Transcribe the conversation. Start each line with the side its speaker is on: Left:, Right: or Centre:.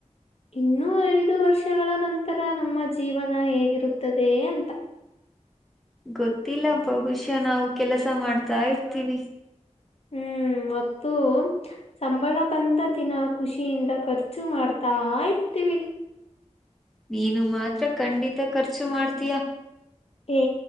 Left: ಇನ್ನುೂ ಐದು ವಷ್ ವರ್ಷಗಳ ನಂತರ ನಮ್ಮ ಜೀವನ ಹೇಗಿರುತ್ತದೆ ಅಂತ
Centre: ಗೊತ್ತಿಲ್ಲ ಬಹುಶ ನಾವು ಕೆಲಸ ಮಾಡ್ತಾ ಇರ್ತೀವಿ
Left: ಹ್ಮ್ ಮತ್ತು ಸಂಬಳ ಬಂದ ದಿನ ಖುಷಿಯಿಂದ ಖರ್ಚು ಮಾಡ್ತಾ ಇರ್ತೀವಿ
Centre: ನೀನು ಮಾತ್ರ ಖಂಡಿತ ಖರ್ಚು ಮಾಡ್ತೀಯಾ
Left: ಏ